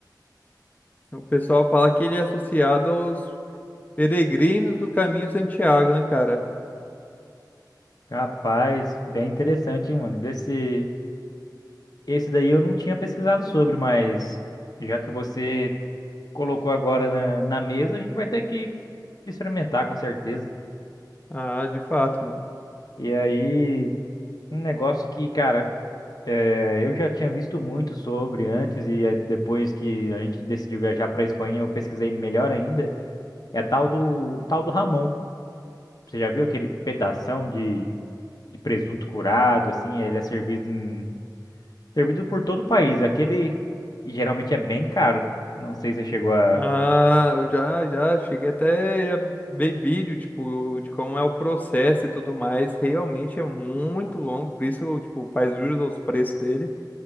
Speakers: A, on the left; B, on the left.
A: o pessoal fala que ele é associado aos peregrinos do Caminho de Santiago, né, cara?
B: Rapaz, bem interessante, hein, mano? Desse. Esse daí eu não tinha pesquisado sobre, mas já que você colocou agora na, na mesa, a gente vai ter que experimentar com certeza.
A: Ah, de fato, mano.
B: E aí, um negócio que, cara, eh, eu já tinha visto muito sobre antes, e aí depois que a gente decidiu viajar pra Espanha, eu pesquisei melhor ainda, é a tal do, o tal do Ramon. Você já viu aquele pedação de, de presunto curado, assim, ele é servido em, servido por todo o país. Aquele geralmente é bem caro. Não sei se você chegou a
A: Ah, eu já, já cheguei até, já vi vídeo, tipo, de como é o processo e tudo mais. Realmente é muito longo, por isso, tipo, faz jus aos preços dele.